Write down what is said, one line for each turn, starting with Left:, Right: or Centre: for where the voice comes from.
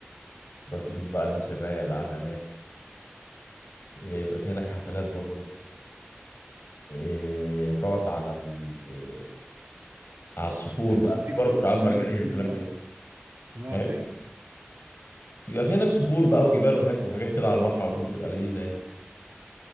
Left: تروح تشوف بقى الناس الرايقه اللي قاعده هناك آه، بيبقى في هناك حفلات برضو آه، تقعد على ال... آه، على الصخور
Right: انا
Left: بقى
Right: بقالي كتير
Left: في برضه شعاب
Right: انا
Left: مرجانيه
Right: بقالي كتير
Left: وكلام
Right: ما
Left: من
Right: رحتش
Left: ده
Right: نقعد
Left: إيه؟
Right: فين؟
Left: في- بيبقى في هناك صخور بقى وجبال وحت وحاجات كده على البحر على طول بتبقى لذيذه يعني